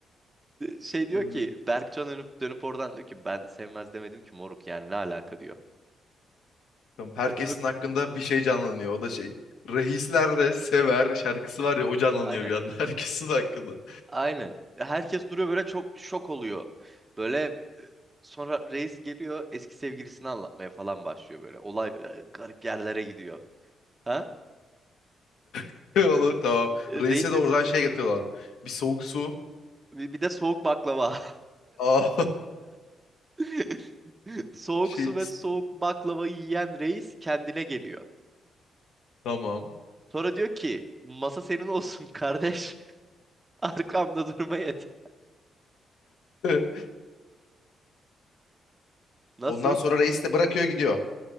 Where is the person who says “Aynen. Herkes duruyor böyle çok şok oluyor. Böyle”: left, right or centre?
Right